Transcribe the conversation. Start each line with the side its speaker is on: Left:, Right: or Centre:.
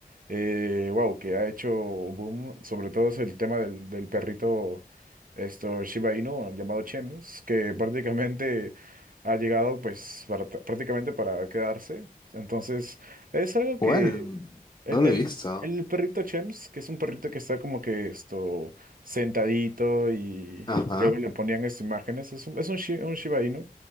Right: eh, wow, que ha hecho boom, sobre todo es el tema del, del perrito esto Shiba Inu llamado Chems, que prácticamente ha llegado pues para- prácticamente para quedarse. Entonces, es algo que
Left: Bueno,
Right: el
Left: no lo
Right: del
Left: he visto.
Right: el perrito Chems, que es un perrito que está como que esto sentadito y
Left: Ajá.
Right: luego le ponían estas imágenes, es un, es un, shi- un Shiba Inu.